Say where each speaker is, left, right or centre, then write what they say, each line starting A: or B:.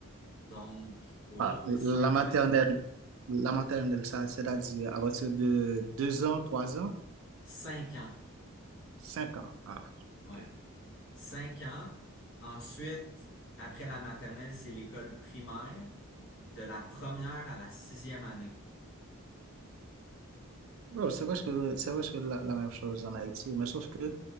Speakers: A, on the left; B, on the right.
A: Donc, autour
B: à
A: de
B: la
A: cinq
B: maternelle.
A: ans.
B: La maternelle, ça, c'est-à-dire à partir de deux ans, trois ans,
A: Cinq ans,
B: cinq ans. Ah,
A: ouais.
B: ok.
A: Cinq ans. Ensuite, après la maternelle, c'est l'école primaire, de la première à la sixième année.
B: Bon, c'est vrai que c'est vrai que la, la même chose en Haïti, mais sauf que